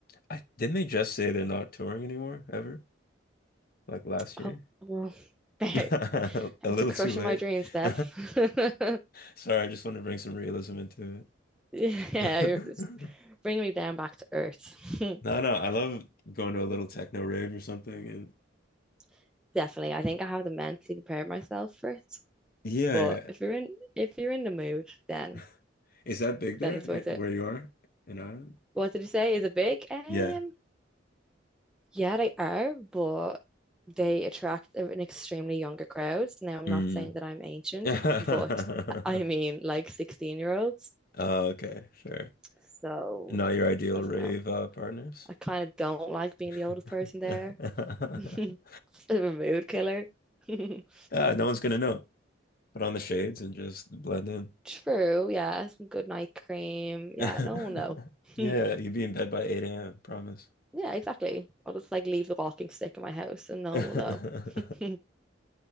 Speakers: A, on the left (about 50°); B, in the centre.
A: I didn't they just say they're not touring anymore ever? Like last
B: Oh,
A: year?
B: well, <laughs>
A: <laughs>
B: they're
A: A little
B: It's for crushing
A: too late.
B: my dreams,
A: <laughs>
B: Dev. <laughs>
A: Sorry, I just want to bring some realism into it.
B: Yeah,
A: <laughs>
B: you're just bringing me down back to earth.
A: No, no, I love going to a little techno rave or something. And
B: <laughs> Definitely. I think I have to mentally prepare myself for it.
A: yeah,
B: But if you're in if you're in the mood, then
A: yeah. <laughs> Is that big there
B: then it's worth it.
A: eh, where you are in Ireland?
B: What did you say? Is it big? Um,
A: Yeah.
B: yeah, they are, but they attract a- an extremely younger crowd. Now, I'm
A: Mm.
B: not saying that I'm ancient,
A: <laughs>
B: but I mean like 16 year olds.
A: Oh, okay, sure.
B: So
A: Not your ideal
B: I don't
A: rave
B: know.
A: uh, partners?
B: I kind of don't like being
A: <laughs>
B: the oldest person there. <laughs> <laughs> Bit of a mood killer. <laughs>
A: Ah, no one's gonna know. Put on the shades and just blend in.
B: True, yeah. Some good night cream.
A: <laughs>
B: Yeah, no one will
A: Yeah,
B: know. <laughs>
A: you'd be in bed by 8 a.m., promise.
B: Yeah, exactly. I'll just like leave the walking stick in my house and no
A: <laughs> Anyway,
B: one will know.